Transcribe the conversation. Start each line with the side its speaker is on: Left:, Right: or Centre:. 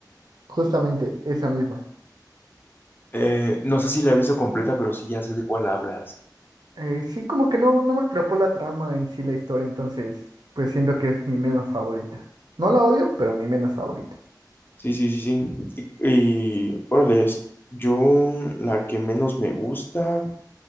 Right: justamente esa misma.
Left: Eh, no sé si la he visto completa, pero sí ya sé de cuál hablas.
Right: Eh, sí, como que no, no me atrapó la trama en sí, la historia, entonces pues siento que es mi menos favorita. No la odio, pero mi menos favorita.
Left: Sí, sí, sí, sí. Y, y órale, es- yo mm, la que menos me gusta,